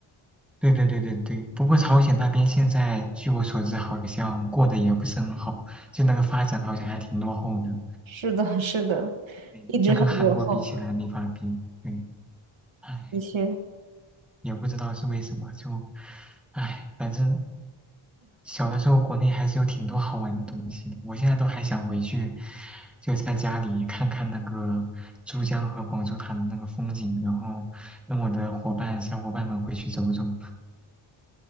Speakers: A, in the centre; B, on the right.
A: 对对对对对，不过朝鲜那边现在据我所知，好像过得也不是很好，就那个发展好像还挺落后的，
B: 是的，是的，
A: 对就跟韩国比起来没法比。
B: 一直很落后，
A: 对，唉，
B: 的确。
A: 也不知道是为什么，就唉，反正。小的时候国内还是有挺多好玩的东西的，我现在都还想回去，就在家里看看那个珠江和广州塔的那个风景，然后跟我的伙伴、小伙伴们回去走走。